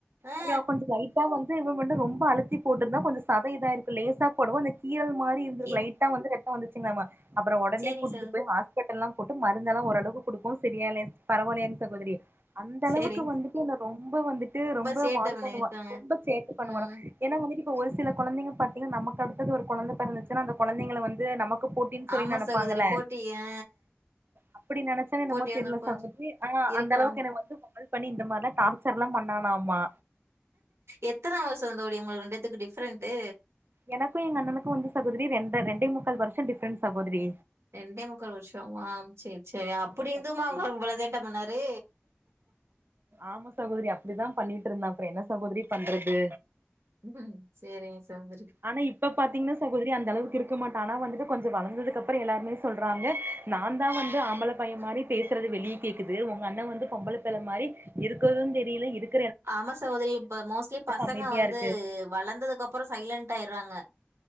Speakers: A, on the right; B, on the right.
A: அ
B: அப்றோ கொஞ்சோ லைட்டா வந் து இவ மட்டு ரொம்ப அழுத்தி போட்டுருந்தா கொஞ்சோ சதை இதாயிருக்கு லேசா போடவு அந்த கீறல் மாரி இருந்துருக்கு
A: கிர்
B: லைட்டா வந்து ரத் வந்துச்சுங்கலாமா அப்பற ஒடனே
A: சரிங்க
B: கூட்டிட்டுப்
A: சகோதரி.
B: போய் ஹாஸ்பிடல் எல்லாம் போட்டு மருந்தெல்லாம் ஓரளவுக்கு கொடுக்கவும் சரியாலே பரவால்லாங்க சகோதரி அந்த
A: சேரிங்
B: அளவுக்கு வந்துட்டு
A: ச
B: இ ரொம்ப வந்துட்டு ரொம்ப
A: சேட்ட
B: வாய் பண்ணுவா
A: பண்ணிருக்காங்க
B: ரொம்ப சேட்ட பண்ணுவாடா
A: ம்
B: ஏனா வந்துட்டு ஒரு சில கொழந்தைங்க பாத்திங்கனா நமக்கு அடுத்தது ஒரு கொழந்த பெறந்துச்சுனா அந்த கொழந்தைங்கள வந்து நமக் கு போட்டின் சொல்லி
A: ஆமா
B: நெனப்பாங்கல
A: சகோதரி போட்டி ஆ
B: அப்பிடி நெனைச்சனோ என்னமோ
A: போட்டி வந்து
B: தெர்ல
A: கொஞ்ச
B: சகோதிரி ஆனா
A: இருக்கலாம்
B: அந்தளவுக்கு எனக்கு வந்து வால் பண்ணி இந்த மார்லா டார்ச்சர்லா பண்ணா ஆமா
A: எத்தன வருசந்தோழி உங்க ரெண்டு பேத்துக்கு டிஃபரெண்ட்டு
B: எனக்கு எங்க அண்ணனுக்கு வந்து சகோதிரி ரெண்டு ரெண்டே முக்கா வருஷ டிஃப்ரெண்ட் சகோதிரி
A: ரெண்டே முக்கால் வருஷமா சேரி சேர் அப்புடி
B: ஆமா
A: இருந்துமா
B: சகோதரி
A: அவுரு இவ்ளோ சேட்ட பண்ணாரு
B: ஆம சகோதிரி அப்டிதா பண்ணிட்ருந்தா அப்றோ என்ன சகோதிரி பண்றது
A: ம் சேரிங்க சகோதரி
B: ஆனா இப்ப பாத்தீங்கன்னா சகோதிரி அந்த அளவுக்கு இருக்க மாட்டா ஆனா வந்துடு கொஞ்சோ வளந்ததுக்கு அப்றோ எல்லாருமே சொல்றாங்க நான்தா வந்து ஆம்பள பைய மாரி பேசுறது வெளிய கேக்குது ஒங்க அண்ணே வந்து பொம்பள மாறி இருக்குறது தெரில இருக்
A: ஆமா சகோதிரி இப்ப மோஸ்லி பசங்க
B: அமைதியா
A: வந்து
B: இருக்கு
A: வளந்ததுக்கு அப்றோ சைலன்டாய்ற்றாங்க